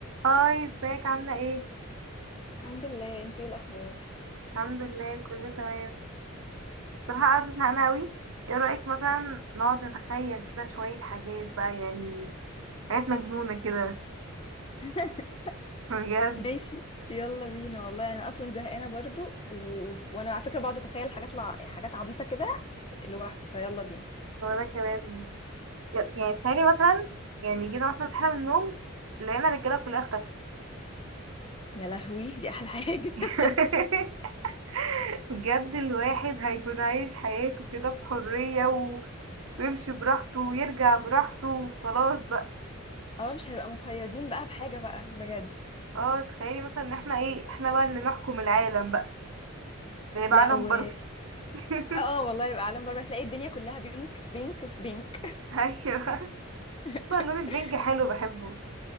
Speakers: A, on the right (about 80°); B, on the left (about 25°).
A: هاي ازيك عاملة ايه؟
B: الحمد لله انتي ايه الاخبار
A: الحمد لله كله تمام بصراحة قاعدة زهقانة اوي ايه رأيك مثلا نقعد نتخيل كده شوية حاجات بقى يعني حاجات مجنونة كده
B: <laughs>
A: <laughs> بجد
B: ماشي يلا بينا والله انا اصلا زهقانه برضو و... وانا على فكره بقعد اتخيل حاجات لع... حاجات عبيطه كده لوحدي فيلا بينا
A: وانا كمان ي- يعني تخيلي مثلا يعني جينا مثلا صحينا من النوم لقينا الرجالة كلها اختفت
B: يا لهوي دي احلى حاجه
A: <laughs>
B: <laughs>
A: بجد الواحد هيكون عايش حياته كده بحرية و... ويمشي براحته ويرجع براحته وخلاص بقى
B: اه مش هنبقى مقيدين بقى بحاجه بقى بجد
A: اه تخيلي مثلا ان احنا ايه احنا بقى اللي نحكم العالم بقى ده هيبقى
B: لا
A: عالم
B: و
A: باربي <laughs>
B: اه والله يبقى عالم بره تلاقي الدنيا كلها بينك في بينك في بينك
A: ايوه
B: <laughs>
A: طبعا اللون البينك حلو بحبه